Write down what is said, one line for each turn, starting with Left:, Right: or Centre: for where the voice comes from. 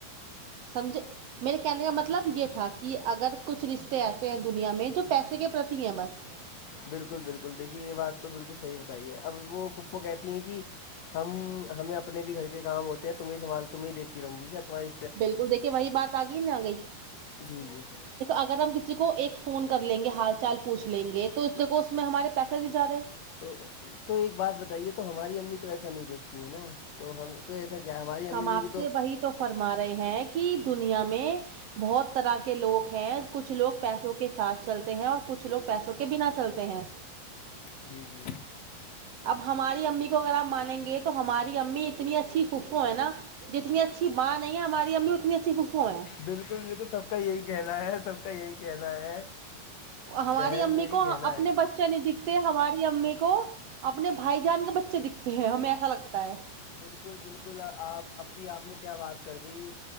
Right: سمجھے میرے کہنے کا مطلب یہ تھا کہ اگر کچھ رشتے ایسے ہیں دنیا میں جو پیسے کے پرتی ہیں بس
Left: بالکل بالکل دیکھیے یہ بات تو بالکل صحیح بتائیے اب وہ پھو پھو کہتی ہیں کہ ہم ہمیں اپنے بھی گھر کے کام ہوتے ہیں تمہیں تمہیں دیکتی رہوں گی کیا تماری
Right: بالکل دیکھیں وہی بات اگئی نہ گئی
Left: جی جی
Right: اگر ہم کسی کو ایک فون کر لیں گے ہال چال پوچھ لیں گے تو اس دیکھو اس میں ہمارے پیسے نہیں جا رہے
Left: تو تو ایک بات بتائیے تو ہماری امی تو ایسا نہیں دیکھتی ہیں نا تو ہم تو ایسا کیا ہماری امی
Right: ہم آپ
Left: بی کو
Right: سے
Left: تو
Right: وہی تو فرما رہے ہیں کہ دنیا میں بہت طرح کے لوگ ہیں کچھ لوگ پیسوں کے ساتھ چلتے ہیں اور کچھ لوگ پیسوں کے بنا چلتے ہیں
Left: جی جی
Right: اب ہماری امی کو اگر آپ مانیں گے تو ہماری امی اتنی اچھی پھوپھو ہے نا جتنی اچھی ماں نہیں ہے ہماری امی اتنی اچھی پھوپھو ہیں
Left: بالکل بالکل سب کا یہی کہنا ہے سب کا یہی کہنا ہے
Right: ہماری
Left: بہن
Right: امی
Left: میری
Right: کو
Left: کہنا
Right: اپنے
Left: ہے
Right: بچے نہیں دکھ ہماری امی کو اپنے بھائی جان کے بچے دیکھتے ہیں ہمیں ایسا لگتا ہے
Left: بالکل بالکل آپ اپنی آپ نے کیا بات کر دی